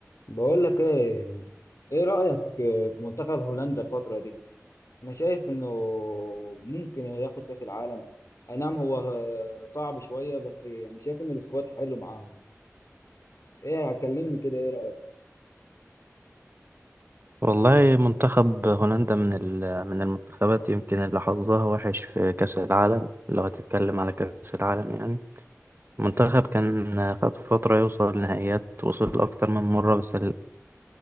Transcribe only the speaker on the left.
بقول لك ايه ايه رأيك في منتخب هولندا الفترة دي انا شايف انه ممكن ياخد كأس العالم اي نعم هو صعب شوية بس يعني شايف ان السكواد حلو معاهم ايه كلمني كده ايه رأيك